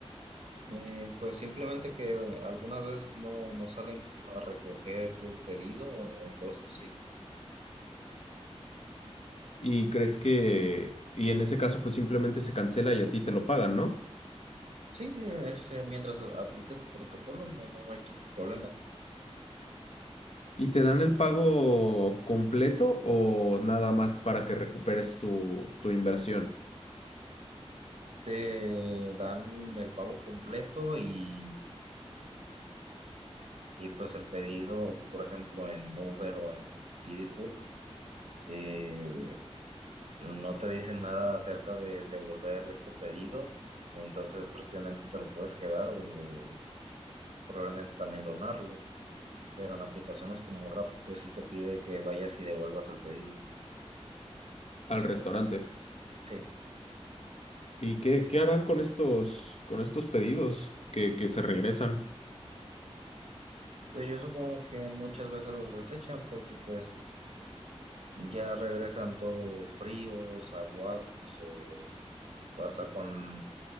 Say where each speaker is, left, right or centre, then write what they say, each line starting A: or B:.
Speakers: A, on the right; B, on the left.
A: Eh, pues simplemente que algunas veces no, no salen a recoger el pedido o cosas así.
B: y crees que, y en ese caso pues simplemente se cancela y a ti te lo pagan, ¿no?
A: Sí, este, mientras aplicas el protocolo no, no, no hay tanto problema.
B: ¿Y te dan el pago completo o nada más para que recuperes tu, tu inversión
A: Te dan el pago completo y, y pues el pedido, por ejemplo, en Uber o en Didi Food, eh, no te dicen nada acerca de devolver este pedido, entonces prácticamente te lo puedes quedar o probablemente también donarlo. pero en aplicaciones como Rap, pues sí te pide que vayas y devuelvas el pedido.
B: al restaurante?
A: Sí.
B: ¿Y qué, qué harán con estos, con estos pedidos que, que se regresan?
A: Entonces yo supongo que muchas veces los desechan porque pues ya regresan todos fríos, aguados o pasa con